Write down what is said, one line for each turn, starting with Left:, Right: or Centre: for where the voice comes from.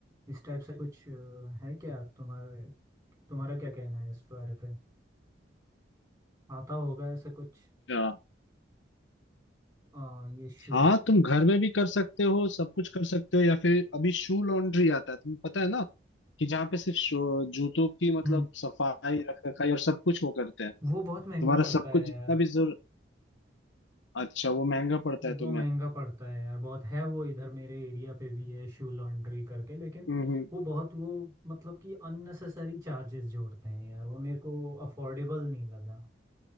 Right: इस टाइप से कुछ अ, है क्या तुम्हारे तुम्हारा क्या कहना है इस बारे पे आता होगा ऐसे कुछ
Left: अच्छा
Right: अ, ये शूज
Left: हाँ तुम घर में भी कर सकते हो सब कुछ कर सकते हो या फिर अभी शू लॉन्ड्री आता है तुम्हें पता है ना कि जहाँ पे सिर्फ शू- जूतों की मतलब
Right: हम्म
Left: सफाई रख रखाई और सब कुछ वो करते हैं
Right: वो बहुत
Left: तुम्हारा
Right: महंगा पड़ता
Left: सब कुछ
Right: है
Left: जितना
Right: यार
Left: भी जरूर अच्छा वो महंगा पड़ता है
Right: वो
Left: तुम्हें
Right: महंगा पड़ता है यार बहुत है वो इधर मेरे एरिया पे भी है शू लॉन्ड्री करके लेकिन
Left: हम्म हम्म
Right: वो बहुत वो मतलब कि अननेसेसरी चार्जेस जोड़ते हैं यार वो मेरे को अफोर्डेबल नहीं लगा